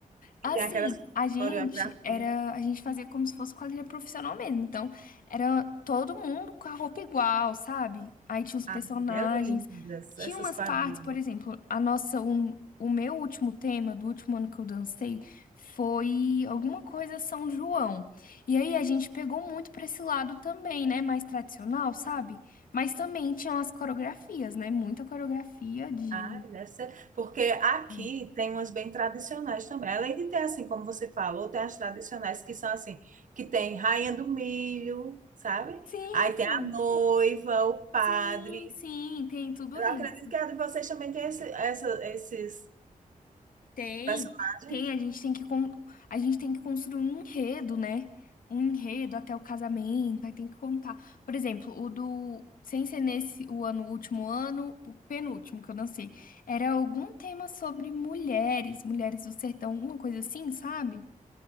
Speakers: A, on the right; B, on the left.
A: E
B: Assim,
A: tem aquelas
B: a gente
A: coreografia.
B: era, a gente fazia como se fosse quadrilha profissional mesmo. Então, era todo mundo com a roupa igual, sabe? Aí tinha os personagens,
A: Ah, é lindas
B: tinha
A: essas
B: umas
A: quadrilhas.
B: partes, por exemplo, a nossa, um, o meu último tema do último ano que eu dancei foi alguma coisa São João. E aí a gente pegou muito pra esse lado também, né? Mais tradicional, sabe? Mas também tinham as coreografias, né? Muita coreografia de.
A: Ah, deve ser. Porque aqui
B: é.
A: tem umas bem tradicionais também. Além de ter, assim, como você falou, tem as tradicionais que são assim, que tem Rainha do Milho, sabe?
B: Sim,
A: Aí tem
B: sim.
A: a noiva, o padre.
B: Sim, sim, tem tudo
A: Eu
B: isso.
A: acredito que a de vocês também tem esse, essa- esses
B: Tem,
A: personagens.
B: tem, a gente tem que con- a gente tem que construir um enredo, né? Um enredo até o casamento, aí tem que contar. Por exemplo, o do sem ser nesse o ano, o último ano, o penúltimo que eu dancei, era algum tema sobre mulheres, mulheres do sertão, alguma coisa assim, sabe?